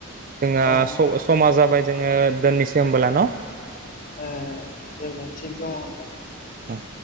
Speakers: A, on the right; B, on the left.
A: जोंहा
B: औ
A: समाजा जाबाय जोंङो दोननैसो होमबोला न?
B: ओ दे दे थिग दंङ ओमबा।
A: उम